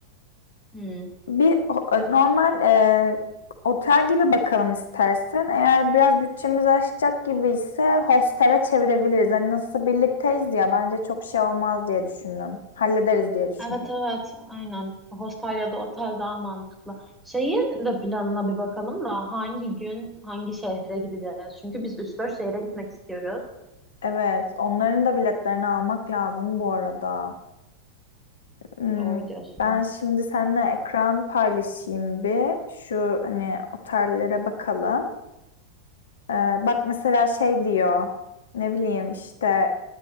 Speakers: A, in the centre; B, on the left.
A: Hı.
B: Bir ho- normal e, otel gibi bakalım istersen. Eğer biraz bütçemiz aşacak gibi ise hostele çevirebiliriz. Hani nasıl birlikteyiz ya bence çok şey olmaz diye düşündüm. Hallederiz diye düşündüm.
A: Evet evet aynen. Hostel ya da otel daha mantıklı. Şehir de planına bir bakalım da hangi gün hangi şehre gideceğiz? Çünkü biz üç dört şehre gitmek istiyoruz.
B: Evet, onların da biletlerini almak lazım bu arada. Hmm,
A: Doğru diyorsun.
B: ben şimdi seninle ekran paylaşayım bir. Şu hani otellere bakalım. Ee, bak mesela şey diyor. Ne bileyim işte